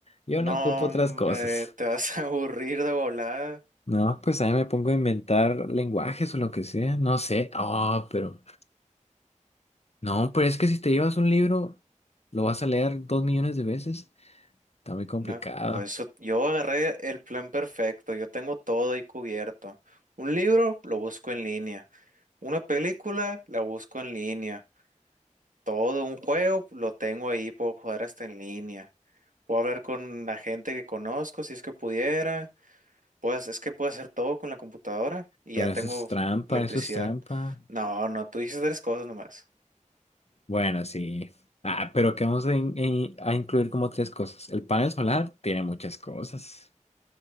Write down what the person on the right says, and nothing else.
No,
hombre,
te vas a aburrir de volada.
Una, pues eso- yo agarré el plan perfecto, yo tengo todo ahí cubierto. Un libro lo busco en línea, una película la busco en línea, todo un juego lo tengo ahí, puedo jugar hasta en línea. Puedo hablar con la gente que conozco si es que pudiera. Pues es que puedo hacer todo con la computadora y
ya
tengo
electricidad.
No, no, tú dices tres cosas nomás.